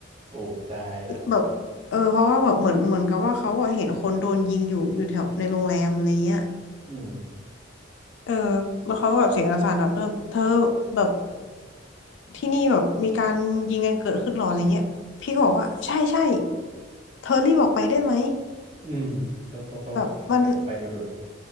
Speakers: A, on the right; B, on the left.
A: โอ้ตายละ
B: แบบเออเพราะว่าแบบเหมือนเหมือนกับว่าเขาอะเห็นคนโดนยิงอยู่อยู่แถวในโรงแรมอะไรเงี้ย
A: อืม
B: เออแล้วเขาก็แบบเสียงสั่นๆแบบเธอเธอแบบที่นี่แบบมีการยิงกันเกิดขึ้นหรออะไรเงี้ยพี่ก็บอกว่าใช่ใช่เธอรีบออกไปได้ไหม
A: อืมต้องต้องต้องต้องแผ่ออกไปดูด่วน
B: แบบมัน